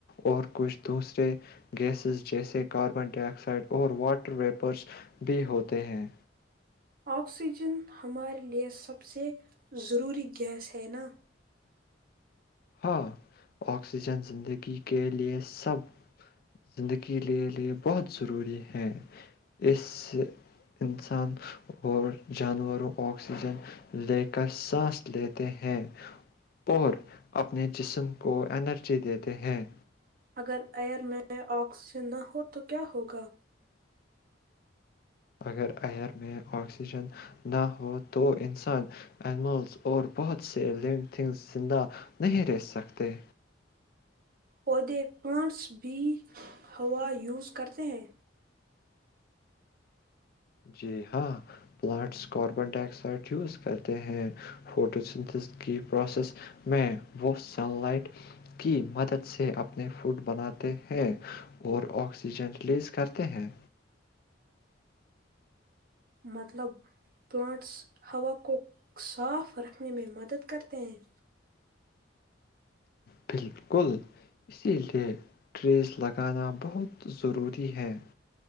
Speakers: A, on the left; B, on the right.
A: اور کچھ دوسرے گیسز جیسے کاربن ڈائی آکسائڈ اور واٹر ویپرس بھی ہوتے ہیں
B: آکسیجن ہمارے لیے سب سے ضروری گیس ہے نا
A: ہاں آکسیجن زندگی کے لیے سب زندگی کے لیے بہت ضروری ہے اس سے انسان اور جانوروں آکسیجن لے کر سانس لیتے ہیں اور اپنے جسم کو انرجی دیتے ہیں
B: اگر ایئر میں آکسیجن نہ ہو تو کیا ہو گا
A: اگر ایئر میں آکسیجن نہ ہو تو انسان اینیملز اور بہت سے لونگ تھنگز زندہ نہیں رہ سکتے
B: پودے پلانٹس بھی ہوا یوز کرتے ہیں
A: جی ہاں plants carbon dioxide use کرتے ہیں فوٹوسن کی پروسیس میں وہ سن لائٹ کی مدد سے اپنے فوڈ بناتے ہیں اور آکسیجن ریلیز کرتے ہیں
B: مطلب پلانٹس ہوا کو صاف رکھنے میں مدد کرتے ہیں
A: بالکل اسی لیے ٹریس لگانا بہت ضروری ہے